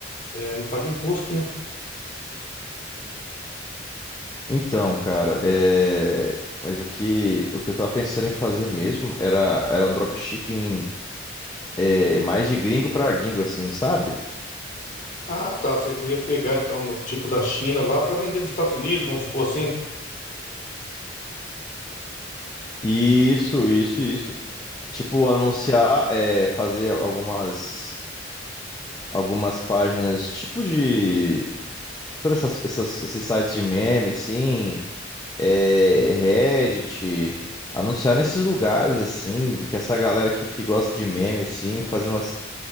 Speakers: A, on the left (about 45°); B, on the left (about 20°).
A: é, não paga imposto, né?
B: Então, cara, é... Mas o que, o que eu tava pensando em fazer mesmo era, era um dropshipping é, mais de gringo pra gringo, assim, sabe?
A: Ah, tá. Você queria pegar então no tipo da China lá para vender nos Estados Unidos, vamos supor assim.
B: Isso, isso, isso. Tipo, anunciar, é, fazer algumas, algumas páginas, tipo de. Sabe essas, essas- esses sites de meme, assim? É, Reddit. Anunciar nesses lugares, assim, que essa galera que, que gosta de meme, assim, fazer umas,